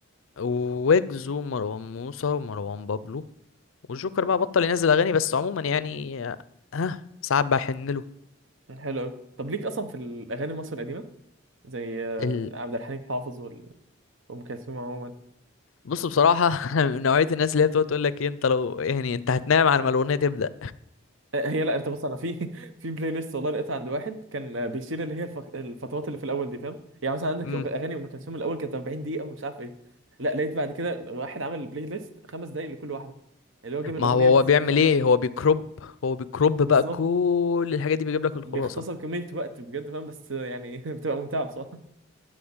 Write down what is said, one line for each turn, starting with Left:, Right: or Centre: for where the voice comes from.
Left: ويجز ومروان موسى ومروان بابلو والجوكر بقى بطل ينزل اغاني بس عموما يعني ها آه ساعات بحن له
Right: حلو قوي طب ليك اصلا في الاغاني المصري القديمه زي آه،
Left: ال...
Right: عبد الحليم حافظ وال- وام كلثوم عموما
Left: بص بصراحه <laughs> أنا من نوعيه الناس اللي هي بتقعد تقول لك إيه انت لو يعني انت هتنام على ما الاغنيه تبدا
Right: آه، هي لا انت بص انا في <laughs> في بلاي ليست والله لقيتها عند واحد كان آه، بيشيل اللي هي الفق- الفترات اللي في الاول دي فاهم يعني مثلا عندك
Left: امم
Right: أغ- اغاني ام كلثوم الاول كانت 40 دقيقه ومش عارف ايه لا لقيت بعد كده واحد عمل بلاي ليست خمس دقائق لكل واحده اللي هو جاب الاغنيه
Left: ما هو
Right: بس
Left: هو بيعمل
Right: نفسها فاهم
Left: ايه هو بيكروب هو بيكروب
Right: بالظبط
Left: بقى كل الحاجات دي بيجيب لك الخلاصه
Right: بيختصر كميه وقت بجد فاهم بس آه، يعني <laughs> بتبقى ممتعه بصراحه